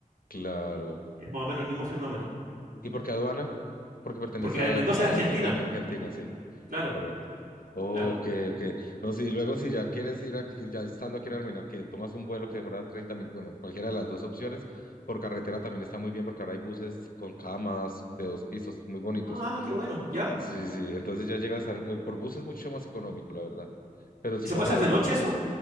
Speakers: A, on the left; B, on the right.
A: Claro.
B: Es más o menos el mismo fenómeno.
A: ¿Y por qué aduana? Porque pertenece
B: Porque
A: a
B: en Mendoza
A: España,
B: es Argentina.
A: em, Argentina, sí,
B: Claro,
A: correcto. Ok,
B: claro.
A: ok. No, sí, y luego si ya quieres ir, aquí- ya estando aquí en Armenia, que tomas un vuelo que demora 30 minutos, bueno, cualquiera de las dos opciones, por carretera también está muy bien porque ahora hay buses con camas de dos pisos, muy bonitos.
B: Ah, qué bueno. ¿Ya?
A: Sí, sí, sí. Entonces ya llegas, a Ar- eh, por bus es mucho más económico, la verdad. Pero si
B: ¿Y se
A: compras
B: puede hacer
A: los
B: de noche eso?